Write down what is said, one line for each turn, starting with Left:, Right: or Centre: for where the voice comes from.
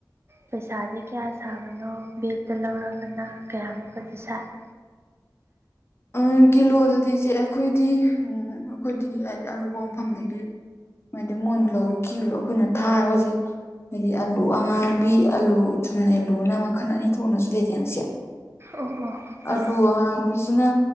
Right: ꯄꯩꯁꯥꯗꯤ ꯀꯌꯥ ꯁꯥꯕꯅꯣ ꯕꯦꯛꯇ ꯂꯧꯔꯒꯅ ꯀꯌꯥꯃꯨꯛꯀꯗꯤ ꯁꯥꯏ ꯎ
Left: ꯎꯝ ꯀꯤꯂꯣꯗꯗꯤ ꯏꯆꯦ ꯑꯩꯈꯣꯏꯗꯤ ꯎꯝ ꯑꯩꯈꯣꯏꯗꯤ ꯍꯥꯏꯗꯤ ꯑꯔꯨꯞꯄ ꯃꯐꯝꯗꯒꯤ ꯍꯥꯏꯗꯤ ꯃꯣꯏꯅ ꯂꯧꯋꯤ ꯀꯤ ꯑꯩꯈꯣꯏꯅ ꯊꯥꯔꯒꯁ ꯍꯥꯏꯗꯤ ꯑꯂꯨ ꯑꯉꯥꯡꯕꯤ ꯑꯂꯨ ꯊꯨꯝꯅ ꯑꯂꯨꯅ ꯃꯈꯜ ꯑꯅꯤ ꯊꯣꯛꯅꯁꯨ ꯂꯩꯇꯦ ꯑꯩꯁꯦ
Right: ꯑꯣ ꯑꯣ ꯑꯥ
Left: ꯑꯂꯨ ꯑꯉꯥꯡꯕꯤꯁꯤꯅ